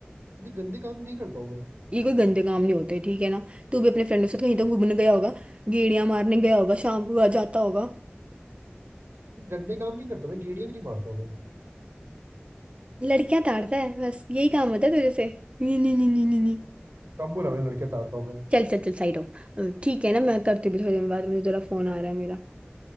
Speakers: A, on the right; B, on the right.
A: ऐसे गंदे काम नहीं करता हूँ मैं
B: ये कोई गंदे काम नहीं होते ठीक है ना तू भी अपने फ्रेंडों के साथ कहीं तो घूमने गया होगा गेड़िया मारने गया होगा शाम को घर जाता होगा
A: गंदे काम नहीं करता मैं गेड़िया भी नहीं मारता हूँ मैं
B: लड़कियां ताड़ता है बस यही काम होता है तुझे से नहीं नहीं नहीं नहीं नहीं नहीं।
A: कब बोला मैंने लड़के ताड़ता हूँ मैं
B: चल चल चल साइड हो अ, ठीक है ना मैं करती हूँ थोड़ी देर में बात मुझे जरा फोन आ रहा है मेरा